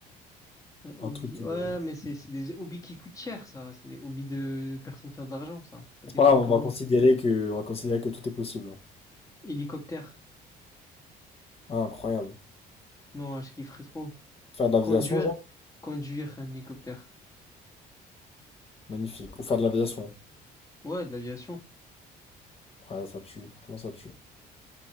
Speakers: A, on the left; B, on the left.
A: un hobby?
B: Un truc. euh,
A: Ouais, mais c'est c'est des hobbies qui coûtent cher, ça. C'est des hobbies de personnes qui ont de l'argent, ça. Pas
B: C'est
A: des
B: pas
A: hobbies
B: grave,
A: pour
B: on va
A: moi.
B: considérer que, on va considérer que tout est possible. hein.
A: Hélicoptère.
B: Ah, incroyable.
A: Non, je kifferais trop.
B: Faire de l'aviation,
A: Conduire.
B: genre?
A: Conduire un hélicoptère.
B: Magnifique. Ou faire de l'aviation.
A: Ouais, de l'aviation.
B: Ouais, ça tue. Franchement, ça tue.